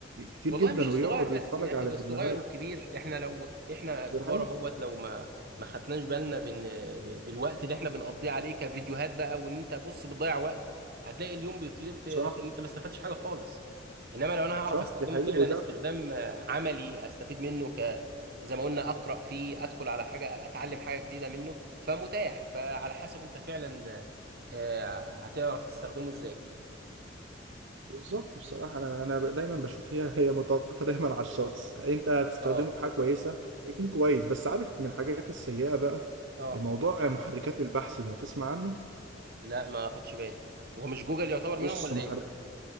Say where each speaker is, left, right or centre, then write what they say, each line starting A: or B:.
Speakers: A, on the right; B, on the right.
A: كتير
B: والله
A: جدا
B: مش الصغير
A: ويقعد
B: بس
A: يتفرج
B: يا اخي
A: على
B: ده الصغير
A: فيديوهات
B: والكبير احنا لو احنا كبار
A: دي حقيقة
B: اهوت لو ما ما خدناش بالنا بن... ب- بالوقت اللي احنا بنقضيه عليه كفيديوهات بقى وان انت بص بتضيع وقت هتلاقي اليوم بيطير في
A: صح
B: في ان انت ما استفدتش حاجه خالص انما لو انا هعرف
A: صح
B: استخدمه
A: دي حقيقة
B: فعلا
A: وده
B: استخدام آه، عملي استفيد منه ك زي ما قلنا اقرا فيه ادخل على حاجه اتعلم حاجه جديده منه فمتاح فعلى حسب انت فعلا آه، آه، هتعرف تستخدمه ازاي
A: بالظبط بصراحة انا انا دايما بشوف هي هي متوقفة دايما على الشخص انت هتستخدمه
B: اه
A: في حاجة كويسة يكون كويس بس عارف من الحاجات السيئة بقى
B: اه
A: موضوع محركات البحث ده تسمع عنه
B: لا ما اخدش بالي هو مش جوجل يعتبر منهم
A: بص
B: ولا
A: محرك
B: ايه